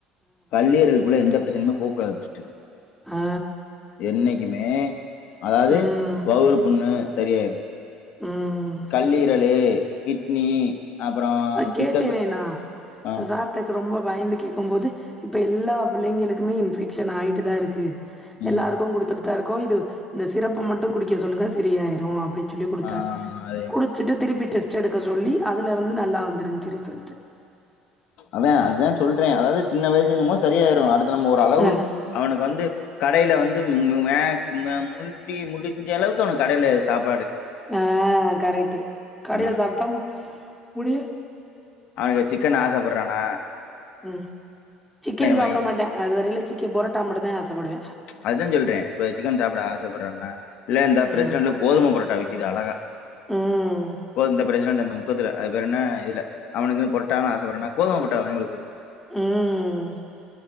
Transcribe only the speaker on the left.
கல்லியர்களுக்குள்ள எந்த பிரச்சனுமே போகக்க கூடாது ஃபர்ஸ்ட்
என்னிக்கு மே அதாவது
வவுறு புண்ணு சரியாயிரும்
கல்லீரலு கிட்னி அப்புறம்
பித்த
ஆஹ்
உம்
ஆஹ் அது
அதா அத்தா சொல்ற அதாவது சின்ன வயசுங்குபோ செரியாயிடும் அடுத்த ஒரு அளவு
அவனுக்கு வந்து கடையில வந்து மேக்ஸ் முடி முடிஞ்ச அளவுக்கு அவன கடைல சாப்ப
ஆ
அவனுக்கு சிக்கன் ஆசப்படுறானா
வாங்கிட்டு
அதா சொல்றே இப்ப சிக்கன் சாப்பிட ஆசப்படுறேன்னா இல்ல இந்த பிரசிடன்ல
கோதும பரோட்டா விக்குது அழகா
அப்போ அந்த பிரசிடன்ட் அந்த முக்கத்துல அது பேர் என்ன இல்ல அவனுக்கு பொரட்டானா ஆச படுறேனா கோதுப்பட்ட வாங்கி குக்க வேண்டிதா